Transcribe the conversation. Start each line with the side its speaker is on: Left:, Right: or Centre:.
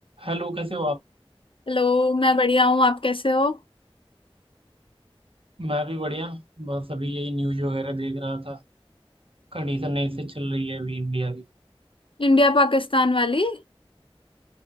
Right: हेलो कैसे हो आप
Left: Hello मैं बढ़िया हूँ आप कैसे हो
Right: मैं भी बढ़िया बस अभी यही न्यूज वगैरह देख रहा था कंडीशन ऐसे चल रही है अभी इंडिया की
Left: इंडिया पाकिस्तान वाली